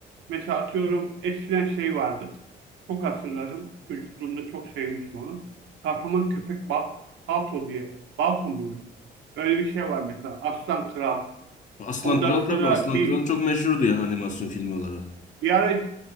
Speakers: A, on the right; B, on the left.
A: Mesela atıyorum eskiden şey vardı. Çok hatırlarım. Çocukluğumda çok sevmiştim onu. Kahraman Köpek Bal Balto diye. Balto muydu? Öyle bir şey var mesela. Aslan Kral.
B: Aslan
A: Ondan
B: Kral
A: sonra
B: tabii Aslan
A: bir,
B: Kral çok meşhurdu yani animasyon filmi olarak.
A: bir ara